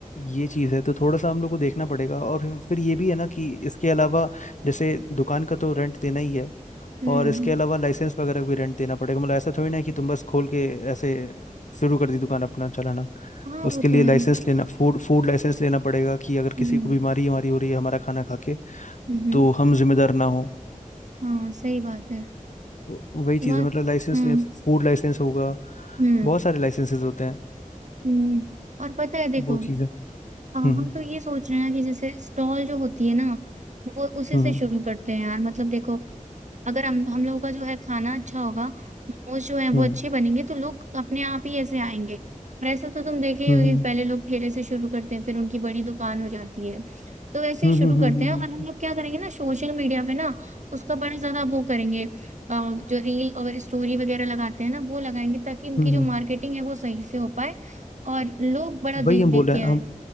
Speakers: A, on the left; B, on the right.
A: ये चीज़ है तो थोड़ा सा हम लोग को देखना पड़ेगा और फिर फिर ये भी है ना कि इसके अलावा जैसे दुकान का तो रेंट देना ही है
B: हम्म
A: और इसके अलावा लाइसेंस वगैरह भी रेंट देना पड़ेगा मतलब ऐसा थोड़ी ना है कि तुम बस खोल के ऐसे शुरू कर दी दुकान अपना चलाना
B: हाँ
A: उसके
B: वो
A: लिए
B: तो है
A: लाइसेंस लेना फूड फूड लाइसेंस लेना पड़ेगा कि अगर किसी
B: हम्म
A: को बीमारी हमारी हो रही है हमारा खाना खा के
B: हम्म हम्म,
A: तो हम जिम्मेदार ना हो
B: हाँ सही बात है
A: तो वही चीज़
B: बात
A: है मतलब लाइसेंस
B: हाँ
A: ले फूड लाइसेंस होगा
B: हुँ,
A: बहुत सारे लाइसेंसेस होते हैं
B: हुँ और पता है देखो
A: वो चीज़ें
B: आ, हम
A: हम्म
B: तो ये सोच रहे हैं कि जैसे स्टॉल जो होती है ना वो उसी
A: हम्म
B: से शुरू करते हैं यार मतलब देखो अगर हम हम लोगों का जो है खाना अच्छा होगा मोमोज जो है वो
A: हम्म
B: अच्छे बनेंगे तो लोग अपने आप ही ऐसे आएंगे और ऐसा तो तुम देखे ही
A: हम्म
B: होगे पहले लोग ठेले से शुरू करते हैं फिर उनकी बड़ी दुकान हो जाती है तो ऐसे
A: हम्म
B: ही शुरू
A: हम्म
B: करते
A: हम्म हम्म
B: हैं और
A: हम्म
B: हम
A: हम्म
B: लोग क्या करेंगे ना सोशल मीडिया पे ना उसका बड़ा ज्यादा वो करेंगे आ, जो रील और स्टोरी वगैरह लगाते हैं ना वो लगाएंगे ताकि उनकी
A: हम्म,
B: जो
A: हम्म,
B: मार्केटिंग है वो सही से हो पाए और लोग बड़ा देख
A: वही हम
B: देख
A: बोल रहे
B: के
A: हैं
B: आए
A: हम